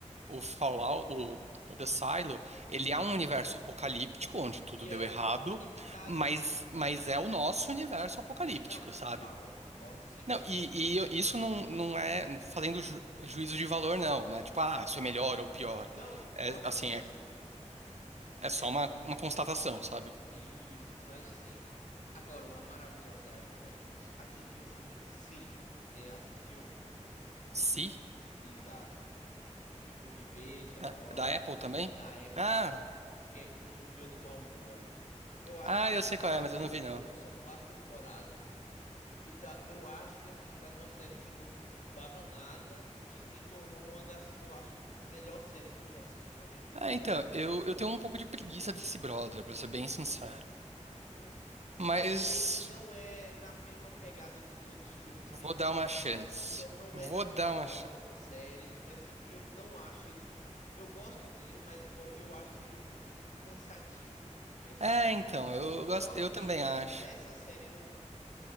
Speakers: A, on the right; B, on the left.
A: o Fallout, o, o The Silo, ele é um universo apocalíptico, onde tudo
B: E
A: deu
B: é
A: errado,
B: o, o Magnificado,
A: mas,
B: né?
A: mas é o nosso universo apocalíptico,
B: Não,
A: sabe?
B: total, eu concordo cem por
A: Não,
B: cento.
A: e, e isso não, não é fazendo ju- juízo de valor,
B: Sim,
A: não,
B: sim.
A: né? Tipo, ah, isso é melhor ou pior.
B: Não, concordo
A: É, assim,
B: com você.
A: é é só
B: É
A: uma, uma constatação, sabe?
B: isso. Mas assim, agora, uma maravilhosa época, a gente assistiu assim. Se você assistiu?
A: Se?
B: Exato. Tipo de Veja,
A: Da,
B: Olhe,
A: da Apple também?
B: da época,
A: Ah,
B: que é com o Joe Malmoa. Eu acho
A: ah, eu sei
B: já
A: qual é, mas
B: terminou,
A: eu não vi não.
B: são quatro temporadas. E tá, eu acho que assim, tá numa série que não dava nada e se tornou uma das, eu acho, melhores séries que eu já assisti na minha vida.
A: Ah, então, eu, eu tenho um pouco de preguiça desse brother, pra ser bem sincero.
B: Hum, Você
A: Mas
B: vai ver que não é na mesma pegada dos outros filmes
A: vou
B: dele.
A: dar uma chance.
B: Não, não
A: Vou
B: é na,
A: dar
B: ou
A: uma
B: da
A: chance.
B: outra, outra série. Assim, eu não acho ele. Eu gosto dele, mas igual eu acho ele muito cansativo, o personagem.
A: É, então, eu
B: Só
A: gosto,
B: que
A: eu também acho.
B: nessa série não é.